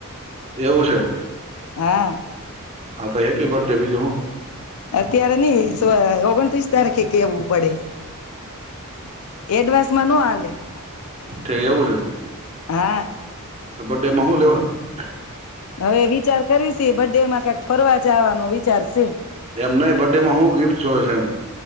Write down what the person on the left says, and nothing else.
હા.
અત્યારે નઈ તો ઓગણત્રીસ તારીખે કેવું પડે. એડવાસ માં નો હાલે. <inaudible>
હા
હવે વિચાર કરીશ બરડે માં ક્યાંક ફરવા જવાનો વિચાર સે.